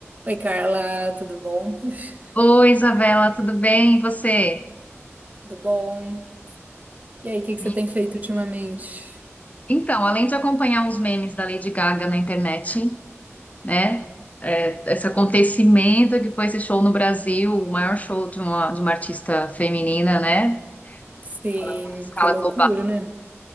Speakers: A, on the right; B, on the left.
A: Oi, Carla, tudo bom? <laughs>
B: Oi, Isabela, tudo bem? E você?
A: Tudo bom? E aí, o que que
B: Me-
A: você tem feito ultimamente?
B: Então, além de acompanhar uns memes da Lady Gaga na internet, né? é, esse acontecimento que foi esse show no Brasil, o maior show de uma, de uma artista feminina, né?
A: Sim,
B: Falando em escala
A: por loucura,
B: global.
A: né?